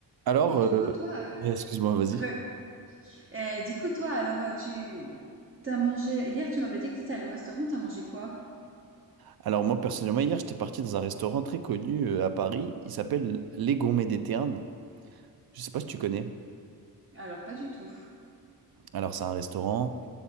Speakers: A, on the right (about 65°); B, on the right (about 30°).
A: Alors,
B: Et du
A: euh,
B: coup, toi,
A: excuse-moi, vas-y.
B: euh, <laughs> ouais. Et du coup, toi, alors, euh, tu t'as mangé hier, tu m'avais dit que t'étais allé au restaurant, t'as mangé quoi?
A: Alors moi, personnellement, hier, j'étais parti dans un restaurant très connu euh, à Paris. Il s'appelle Les Gourmets des Ternes. Je sais pas si tu connais.
B: Alors, pas du tout.
A: Alors, c'est un restaurant